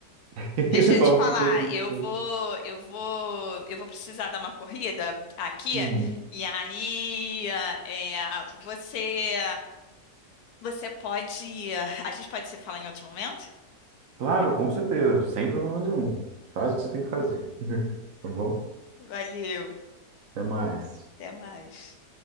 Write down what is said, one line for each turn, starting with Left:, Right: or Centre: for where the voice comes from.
Right: <laughs>
Left: Deixa eu
Right: Só
Left: te
Right: vou
Left: falar,
Right: ficar assistindo.
Left: eu vou eu vou eu vou precisar dar uma corrida aqui
Right: Uhum.
Left: e aí é, você você pode a gente pode se falar em outro momento?
Right: Claro, com certeza, sem problema nenhum. Faz o que você tem que fazer. <laughs> Tá bom?
Left: Valeu,
Right: Até mais.
Left: até mais.